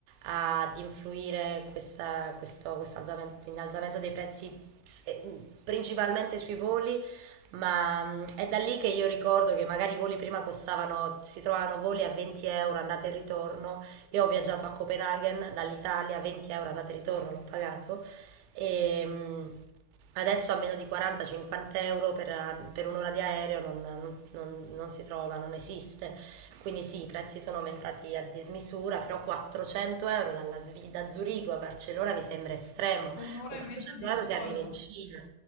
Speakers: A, on the right; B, on the left.
A: ad influire questa, questo, questo alzamento- innalzamento dei prezzi ps- eh, principalmente sui voli, ma mm, è da lì che io ricordo che magari i voli prima costavano, si trovavano voli a 20 euro andata e ritorno, io ho viaggiato a Copenaghen dall'Italia, 20 euro andata e ritorno, l'ho pagato. E, mm, Adesso a meno di 40-50 euro per, per un'ora di aereo non, non- non- non si trova, non esiste. Quindi sì, i prezzi sono aumentati a dismisura, però 400 euro dalla Svi- da Zurigo a Barcellona mi sembra estremo.
B: un'ora
A: Con
B: e
A: 400
B: mezzo di
A: euro
B: volo.
A: si arriva in Cina.